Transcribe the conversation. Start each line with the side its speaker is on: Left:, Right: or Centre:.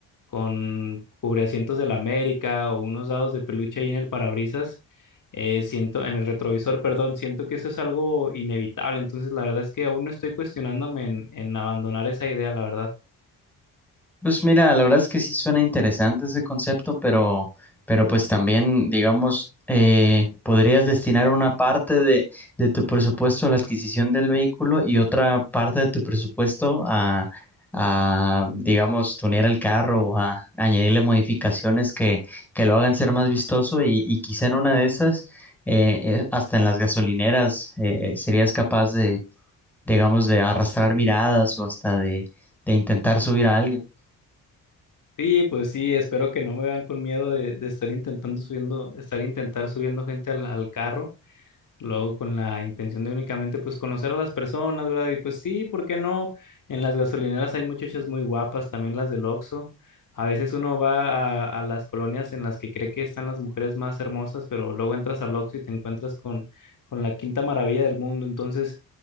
Left: con cubreasientos de la América o unos dados de peluche ahí en el parabrisas eh, siento, en el retrovisor, perdón, siento que eso es algo inevitable. Entonces, la verdad es que aún no estoy cuestionándome en, en abandonar esa idea, la verdad.
Centre: Pues mira, la verdad es que sí suena interesante ese concepto, pero, pero pues también, digamos, eh, podrías destinar una parte de, de tu presupuesto a la adquisición del vehículo y otra parte de tu presupuesto a, a, digamos, tunear el carro o a añadirle modificaciones que, que lo hagan ser más vistoso y, y quizá en una de esas, eh, eh, hasta en las gasolineras, eh, serías capaz de, digamos, de arrastrar miradas o hasta de, de intentar subir a alguien.
Left: Sí, pues sí, espero que no me vean con miedo de, de estar intentando subiendo, estar intentar subiendo gente al, al carro. Luego con la intención de únicamente pues conocer a las personas, ¿verdad? Y pues sí, ¿por qué no? En las gasolineras hay muchachas muy guapas, también las del Oxxo. A veces uno va a, a las colonias en las que cree que están las mujeres más hermosas, pero luego entras al Oxxo y te encuentras con, con la quinta maravilla del mundo. Entonces,